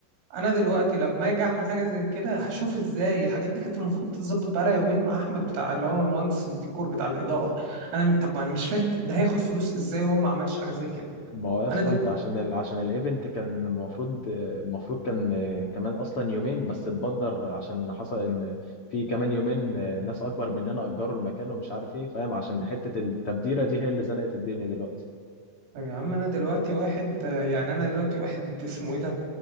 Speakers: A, on the right; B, on the left.
A: انا دلوقتي لما اجي اعمل حاجه زي كده هشوف ازاي الحاجات دي كانت المفروض تتظبط بقالها يومين مع احمد بتاع اللي هو مهندس الديكور بتاع الاضاءه انا م- طب ما انا مش فاهم طب ده هياخد فلوس ازاي وهو ما عملش حاجه زي كده
B: ما هو يا اسطى
A: انا
B: انت عشان ال عشان الايفنت كان المفروض آه، المفروض كان آه، كمان اصلا يومين بس اتبدر عشان حصل ان في كمان يومين آه، ناس اكبر مننا اجروا المكان ومش عارف ايه فاهم عشان حتة التبديرة دي هي اللي زنقت الدنيا دلوقتي
A: طب يا عم انا دلوقتي واحد آه، يعني انا دلوقتي واحد اسمه ايه ده